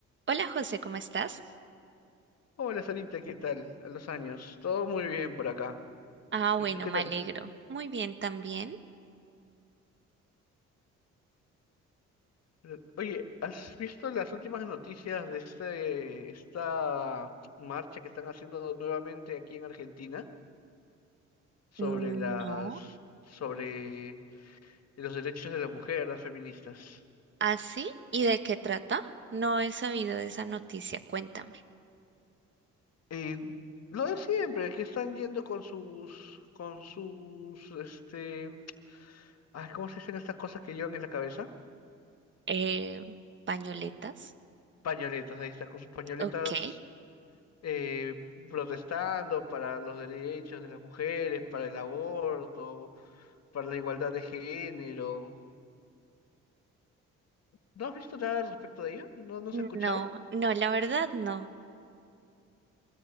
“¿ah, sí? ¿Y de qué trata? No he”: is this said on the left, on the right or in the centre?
Right